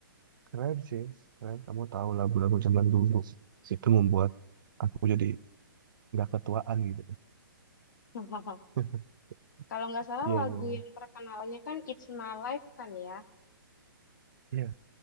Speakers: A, on the right; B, on the left.
A: Keren sih. Keren kamu tahu lagu-lagu zaman dulu. Itu membuat aku jadi nggak ketuaan gitu.
B: <laughs>
A: <laughs>
B: Kalau nggak salah
A: Iya
B: lagu
A: iya. Iya
B: yang terkenalnya kan It's My Life kan ya?
A: Iya,